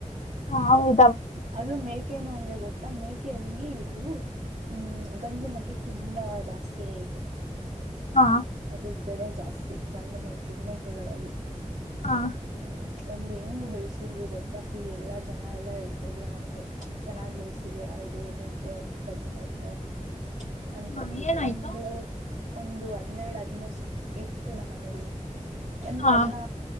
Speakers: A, on the left; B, on the right.
A: ಹಾ ಹೌದು.
B: ಅದು ಮೇಕೆನು ಹಂಗೆ ಗೊತ್ತ. <unintelligible> ಮೇಕೆಯಲ್ಲಿ ಇದು ಹ್ಮ್ ಗಂಡು ಮೇಕೆಗೆ ತುಂಬಾ ಜಾಸ್ತಿ ರೇಟು.
A: ಹಾ.
B: ಅದಕ್ಕ ಬೆಲೆ ಜಾಸ್ತಿ ಗಂಡು ಮೇಕೆ ಮೇಕೆಗಳಲ್ಲಿ
A: ಹಾ
B: ಹ್ಮ್ ಒಂದ್ ಹೆಂಗ ಬೆಳೆಸಿದೀವಿ ಗೊತ್ತಾ ಫುಲ್ ಎಲ್ಲಾ ಜನ ಎಲ್ಲಾ ಹೇಳ್ತಾ ಇದ್ರು ನಮ್ಗೆ ಚೆನ್ನಾಗ್ ಬೆಳೆಸಿದೀರಾ ಇದು ಮೇಕೆ ಗಂಡ ಮೇಕೆ. ಅಂತ
A: ಹಾ
B: ಅಂದ್ಬಿಟ್ಟು
A: ಏನಾಯ್ತು
B: ಒಂದು. ಒಂದು ಹನ್ನೆರಡು ಹದ್ಮೂರ್ ಸಾಕ ಇದ್ದತ್ತು ನಮ್ಮ ಮನೆಯಲ್ಲಿ ಅನ್
A: ಹಾ
B: ಎಲ್ಲಾ